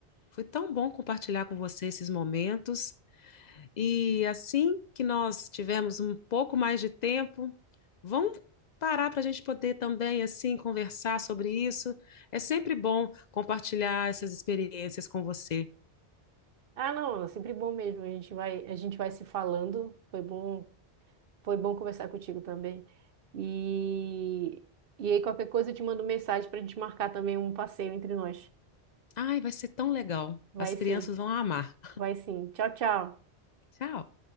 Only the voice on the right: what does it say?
Ah, não, é sempre bom mesmo. A gente vai, a gente vai se falando. Foi bom, foi bom conversar contigo também. E, e aí qualquer coisa eu te mando mensagem para a gente marcar também um passeio entre nós.
Vai
sim,
vai sim. Tchau, tchau.